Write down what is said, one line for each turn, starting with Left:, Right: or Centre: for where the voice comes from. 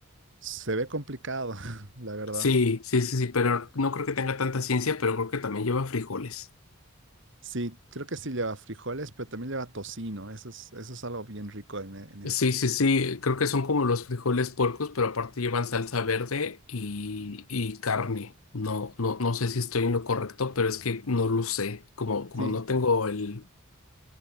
Right: Se ve complicado, <laughs> la verdad.
Left: Sí, sí, sí, sí, pero no creo que tenga tanta ciencia, pero creo que también lleva frijoles.
Right: Sí, creo que sí lleva frijoles, pero también lleva tocino. Eso es, eso es algo bien rico en, e- en eso.
Left: Sí, sí, sí, creo que son como los frijoles puercos, pero aparte llevan salsa verde y, y carne. No, no, no sé si estoy en lo correcto, pero es que no lo sé. Como, como
Right: Sí,
Left: no tengo el,